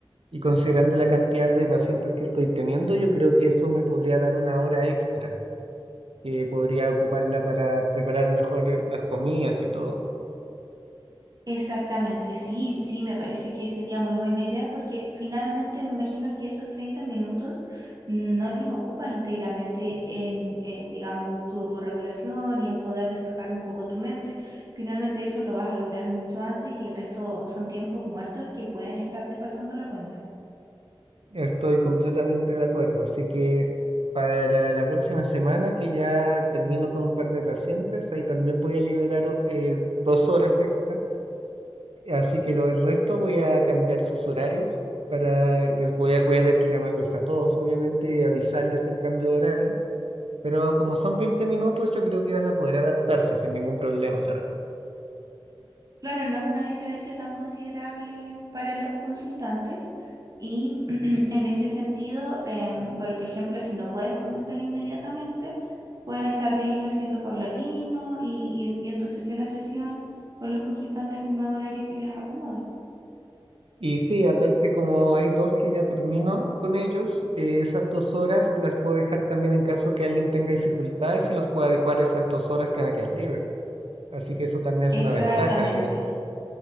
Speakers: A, on the right (about 75°); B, on the right (about 40°).
A: Y considerando la cantidad de pacientes que estoy teniendo, yo creo que eso me podría dar una hora extra, que podría ocuparla para preparar mejor eh, las comidas y todo.
B: Exactamente, sí, sí, me parece que sería muy buena idea porque finalmente me imagino que esos 30 minutos no los ocupas íntegramente en, en, digamos, tu regulación y en poder despejar un poco tu mente. Finalmente eso lo vas a lograr mucho antes y el resto son tiempos muertos que pueden estarte pasando la cuenta.
A: Estoy completamente de acuerdo. Así que para la próxima semana, que ya termino con un par de pacientes, ahí también voy a liberar eh, dos horas extra Así que lo del resto voy a cambiar sus horarios para les voy a, voy a tener que llamarlos a todos, obviamente, y avisarles el cambio de horario. Pero como son 20 minutos, yo creo que van a poder adaptarse sin ningún problema, la verdad.
B: Claro, no es una diferencia tan considerable para los consultantes y <clears throat> en ese sentido, em, por ejemplo, si no puedes comenzar inmediatamente, puedes tal vez irlo haciendo paulatino y ir viendo sesión a sesión con los consultantes un nuevo horario que les acomode.
A: Y sí, aparte como hay dos que ya termino con ellos, eh, esas dos horas las puedo dejar también en caso que alguien tenga dificultades y los puedo adecuar a esas dos horas que van a quedar libres. Así que eso también es
B: Exactamente,
A: una ventaja, diría yo.